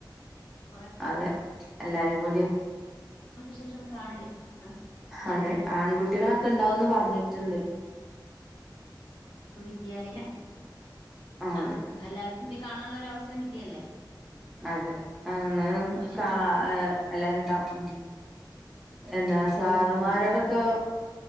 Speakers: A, on the left (about 80°); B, in the centre.
A: കൊറേ
B: അതെ എല്ലാരും കൂടി
A: <unintelligible> ക്ക് ശേഷം ഒന്ന് കാണല്ലേ ആഹ്
B: അതെ
A: ഏഹ്
B: ആൺകുട്ടികളൊക്കെ ഉണ്ടാവൂന്ന് പറഞ്ഞിട്ടുണ്ട്.
A: സ്കൂൾ വിദ്യാലയം
B: ആഹ്
A: ആ
B: അതെ
A: എല്ലാവർക്കും വേണ്ടി കാണാനുള്ളൊരവസരം കിട്ടിയല്ലേ?
B: അതെ അങ്ങനെ
A: എന്തോ
B: കാ എല്ലാരും ഇണ്ടാവും എന്താ സാറമാരോടൊക്കെ
A: ഉം ഉം